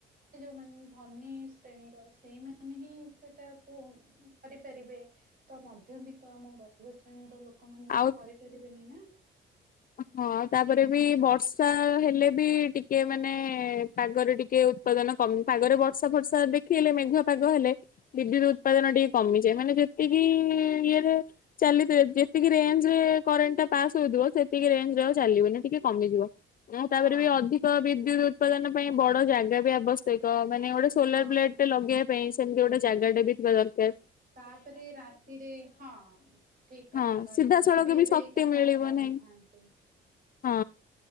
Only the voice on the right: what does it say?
ସେ ଯୋଉମାନେ ଧନୀ ଶ୍ରେଣୀର ସେଇମାନେ ହିଁ ସେଟାକୁ କରିପାରିବେ। ତ ମଧ୍ୟବିତ ଆମ ଗରିବ ଶ୍ରେଣୀର ଲୋକମାନେ
ତ କରିପାରିବେନି ନା।
ହଁ
ହଁ।
ତାପରେ ରାତିରେ ହଁ ଠିକ୍ କଥା
କହିଲ
ମୁଁବି ଏବେ
ଏଇ କଥା
କହିଥାନ୍ତି।
ହୁଁ।